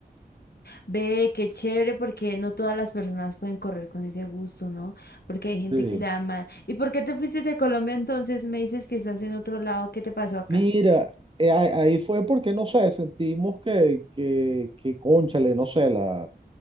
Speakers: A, on the left (about 65°); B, on the right (about 30°).
A: Ve, qué chévere, porque no todas las personas pueden correr con ese gusto, ¿no? Porque hay gente
B: Sí.
A: que le da mal. ¿Y por qué te fuiste de Colombia entonces? Me dices que estás en otro lado. ¿Qué te pasó acá?
B: Mira, eh, ah- ahí fue porque, no sé, sentimos que, que, que cónchale, no sé, la,